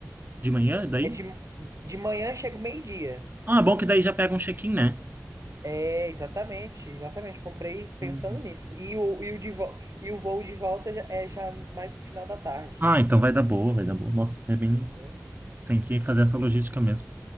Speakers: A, on the right; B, on the right.
A: De manhã, daí?
B: É de, de manhã chega o meio-dia.
A: Ah, é bom que daí já pega um check-in, né?
B: É, exatamente, exatamente. Comprei pensando
A: Uhum.
B: nisso. E o, e o, de, vo- e o voo de volta já- é já mais pro final da tarde,
A: Ah, então vai dar boa, vai dar boa. Nossa, é bem.
B: entendeu?
A: Tem que fazer essa logística mesmo.